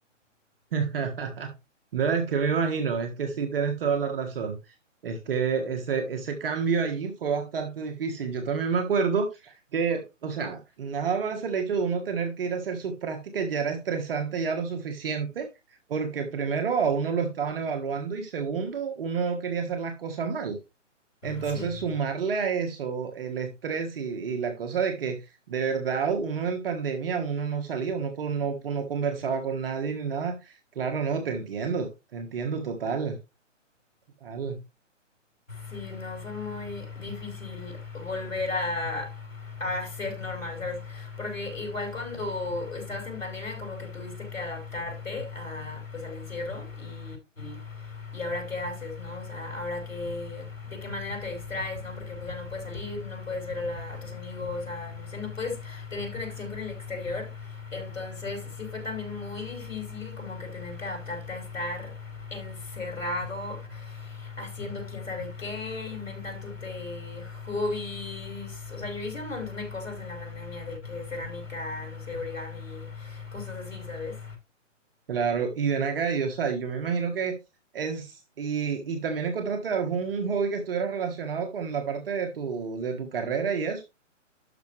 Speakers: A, on the right; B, on the left.
A: <laughs> No, es que me imagino, es que sí tienes toda la razón. Es que ese, ese cambio allí fue bastante difícil. Yo también me acuerdo que, o sea, nada más el hecho de uno tener que ir a hacer sus prácticas ya era estresante ya lo suficiente, porque primero a uno lo estaban evaluando y segundo, uno no quería hacer las cosas mal. Entonces,
B: Sí,
A: sumarle a eso el estrés y, y la cosa de que de verdad uno en pandemia, uno no salía, uno po- no, po- no conversaba con nadie ni nada. Claro, no, te entiendo, te entiendo total, total.
B: Sí, no, fue muy difícil volver a, a ser normal, ¿sabes? Porque igual cuando estabas en pandemia como que tuviste que adaptarte a, pues, al encierro y, y ahora qué haces, ¿no? O sea, ahora qué, de qué manera te distraes, ¿no? Porque pues ya no puedes salir, no puedes ver a, la- a tus amigos, a, no sé, no puedes tener conexión con el exterior. Entonces sí fue también muy difícil como que tener que adaptarte a estar encerrado haciendo quién sabe qué, inventándote hobbies. O sea, yo hice un montón de cosas en la pandemia, de que cerámica, no sé, origami, cosas así, ¿sabes?
A: Claro, y ven acá, y, o sea, yo me imagino que es, y, y también encontraste algún un hobby que estuviera relacionado con la parte de tu, de tu carrera y eso.